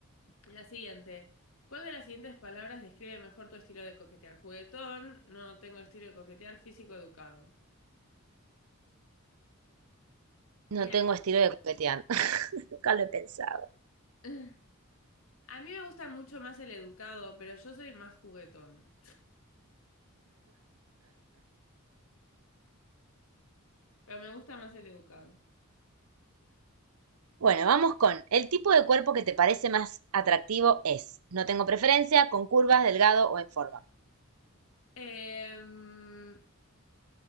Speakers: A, on the left; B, on the right.
A: La siguiente. ¿Cuál de las siguientes palabras describe mejor tu estilo de coquetear? Juguetón, no tengo estilo de coquetear, físico educado.
B: No
A: Mira,
B: tengo estilo de coquetear. <laughs> Nunca lo he pensado.
A: <laughs> a mí me gusta mucho más el educado, pero yo soy más juguetón. Pero me gusta más el educado.
B: Bueno, vamos con el tipo de cuerpo que te parece más atractivo es. No tengo preferencia, con curvas, delgado o en forma.
A: Em,